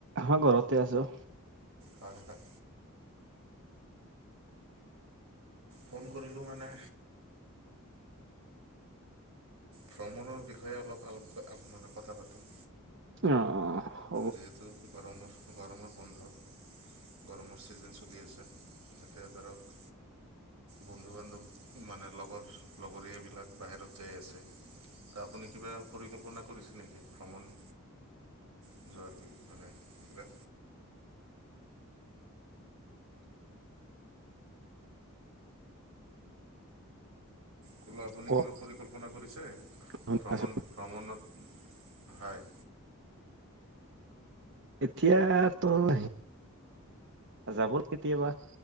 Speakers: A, on the right; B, on the right.
A: হাঁ, ঘৰতে আছো।
B: হয়-হয়। ফোন কৰিলোঁ মানে- ভ্ৰমণৰ বিষয়ে অলপ-অলপ মানে কথা পাতোঁ।
A: অঁহ', -অঁহ', -অঁহ', -।
B: যিহেতু গৰমৰ-গৰমৰ বন্ধ। গৰমৰ ছিজন চলি আছে। এয়া ধৰক- বন্ধু-বান্ধৱ মানে লগৰ-লগৰীয়াবিলাক বাহিৰত যাই আছে। ত' আপুনি কিবা পৰিকল্পনা কৰিছে নেকি ভ্ৰমণ- যোৱাৰ? মানে কিবা বোলো আপুনি
A: ক'ত
B: কিবা পৰিকল্পনা কৰিছে
A: শুনি
B: ভ্ৰমণ-ভ্ৰমণত?
A: আছো।
B: হয়।
A: এতিয়া তোৰ, যাব কেতিয়াবা।